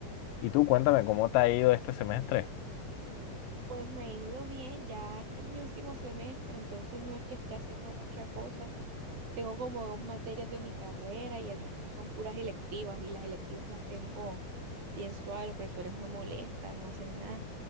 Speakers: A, on the left (about 80°); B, on the right (about 90°).
A: Y tú cuéntame cómo te ha ido este semestre.
B: Pues me ha ido bien, ya este es mi último semestre, entonces no es que esté haciendo mucha cosa. Tengo como dos materias de mi carrera y el resto son puras electivas y las electivas las tengo bien suaves, los profesores no molestan, no hacen nada.